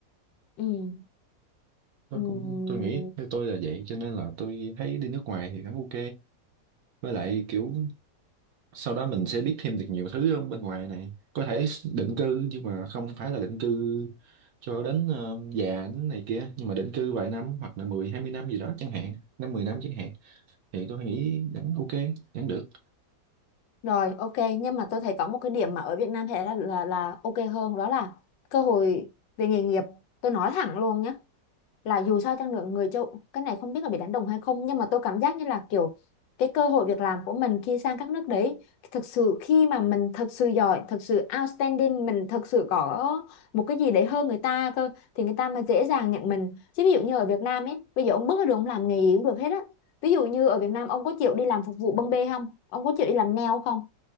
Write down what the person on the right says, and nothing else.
tôi
cũng tôi nghĩ theo tôi là vậy cho nên là tôi thấy đi nước ngoài thì vẫn ok với lại kiểu sau đó mình sẽ biết thêm được nhiều thứ ở bên ngoài này có thể định cư nhưng mà không phải là định cư cho đến ờ, già đến này kia nhưng mà định cư vài năm hoặc là mười hai mươi năm gì đó chẳng hạn năm 10 năm chẳng hạn thì tôi nghĩ vẫn ok vẫn được